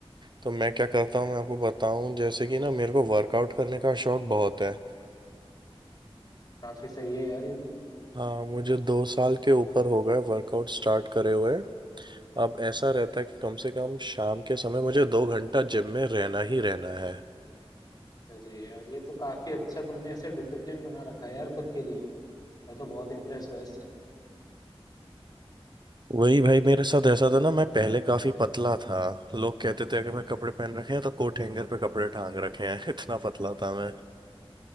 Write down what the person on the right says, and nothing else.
तो मैं क्या करता हूँ मैं आपको बताऊँ जैसे कि ना मेरे को वर्कआउट करने का शौक बहुत है
हाँ मुझे दो साल के ऊपर हो गए वर्कआउट स्टार्ट करे हुए अब ऐसा रहता है कि कम से कम शाम के समय मुझे दो घंटा जिम में रहना ही रहना है
वही भाई मेरे साथ ऐसा था ना मैं पहले काफी पतला था लोग कहते थे अगर मैं कपड़े पहन रखे हैं तो कोट हैंगर पे कपड़े टांग रखे हैं <laughs> इतना पतला था मैं